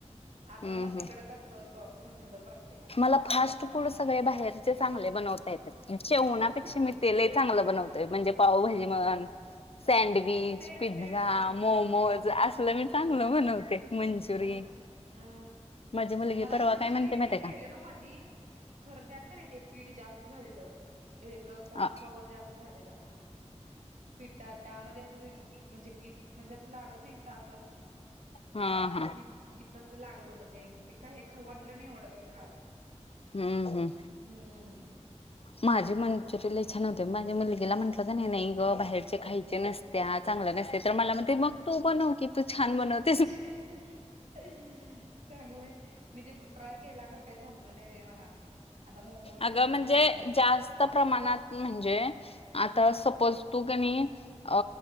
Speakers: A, on the right; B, on the left.
A: आता
B: हम्म
A: मग
B: हम्म
A: तिकड कस? करून घातलं प्रत्येक-
B: मला फास्ट फूड सगळे बाहेरचे चांगले बनवता येत- तच्या उन्हापेक्षा
A: हा
B: मी तेलही चांगलं बनवत. म्हणजे पावभाजी म्हण. Sandwich,
A: same
B: pizza,
A: same same
B: momos
A: same
B: अस- मी चांगलं बनवते. मंचुरियन
A: अ अ
B: माझी मुलगी
A: मला
B: परवा
A: मंचुरी
B: काय म्हणते
A: क
B: माहिती
A: नाही
B: आहे
A: केलेलो
B: का
A: मधी. खर नाही आता- का नाही? ते पीठ जास्त झालेलं. हे ज कॉर्नफ्लॉवर
B: हा
A: जास्त झालेलं. पितात. त्यामध्ये अस म्हणजे गीच म्हणजे असं लागत नाहीत का असं?
B: हा हा.
A: गी गीच असं लागत होतं ते. ते काय हे खाऊ वाटलं नाही एवढं काही खास.
B: हम्म हम्म.
A: हम्म
B: माझे मंचुरियन लई छान होतात. माझ्या मुलगीला म्हंटलं का नाही, नाही ग बाहेरचे खायचे नसतात. त्या चांगल्या नसते. तर मला
A: हा
B: म्हणते मग तू बनव की तू छान बनवते.
A: चांगलय. मी ते ट्राय केला खरं काही जमलं नाही बाई मला. आता मोमोज
B: अगं
A: ट्राय
B: म्हणजे?
A: करणार आहे मी
B: जास्त प्रमाणात म्हणजे? आता सपोज- तू का नी अ